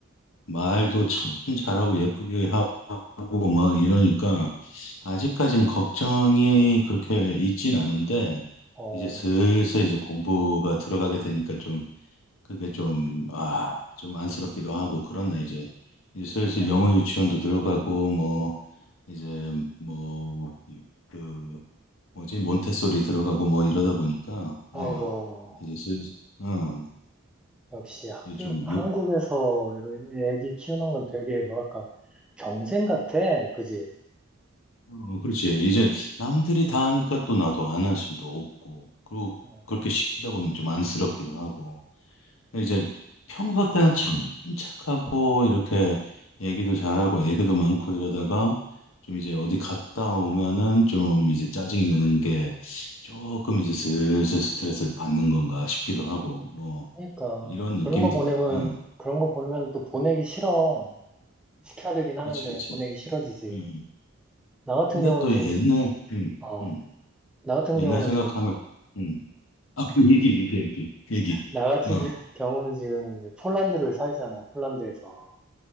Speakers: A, on the left; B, in the centre.
A: 말도 참 잘하고 예쁘게 하고 막 이러니까 아직까지는 걱정이 그렇게 있진 않은데
B: 어,
A: 이제 슬슬 이제 공부가 들어가게 되니까 좀 그게 좀 아, 좀 안쓰럽기도 하고 그러네 이제 이제 슬슬
B: 아,
A: 영어 유치원도 들어가고 뭐 이제 뭐 그 뭐지 몬테소리 들어가고 뭐 이러다 보니까
B: 아이고.
A: 어 이제 슬슬 어
B: 역시 학교,
A: 이 좀욕
B: 한국에서 이런 애기 키우는 건 되게 뭐랄까, 경쟁 같아. 그지?
A: 어, 그렇지. 이제 남들이 다 하니까 또 나도 안 할 수도 없고, 그리고
B: 음,
A: 그렇게 시키다 보면 좀 안쓰럽기도 하고. 근데 이제 평소 때는 참 착하고, 이렇게 얘기도 잘하고, 애교도 많고 이러다가 좀 이제 어디 갔다 오면은 좀 이제 짜증이 느는 게 조금 이제 슬슬 스트레스를 받는 건가 싶기도 하고, 뭐,
B: 그러니까.
A: 이런 느낌이
B: 그런 거
A: 드네.
B: 보내면,
A: 응,
B: 그런 거 보면 또 보내기 싫어. 시켜야 되긴 하는데,
A: 그렇지, 그렇지.
B: 보내기 싫어지지.
A: 음.
B: 나 같은
A: 근데
B: 경우는
A: 또
B: 지금,
A: 옛날, 음,
B: 어,
A: 음,
B: 나 같은
A: 옛날
B: 경우는
A: 생각하면,
B: 지금,
A: 음. 아, 얘기, 얘기, 얘기, 얘기.
B: 나 같은
A: 어,
B: 지- 경우는 지금 이제 폴란드를 살잖아, 폴란드에서.